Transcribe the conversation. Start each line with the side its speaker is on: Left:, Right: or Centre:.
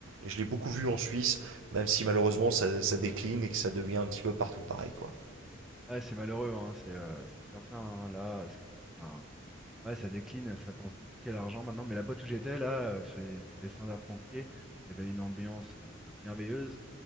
Right: Je l'ai beaucoup vu en Suisse, même si malheureusement ça, ça décline et que ça devient un petit peu partout pareil, quoi.
Centre: Ouais, c'est malheureux, hein, C'est euh, c'est certain, hein, là. ce qui- enfin, ouais, ça décline, ça pense beaucoup qu'à l'argent maintenant. Mais la boîte où j'étais, là, euh, sur les, sur les standards pompiers, il y avait une ambiance euh, merveilleuse.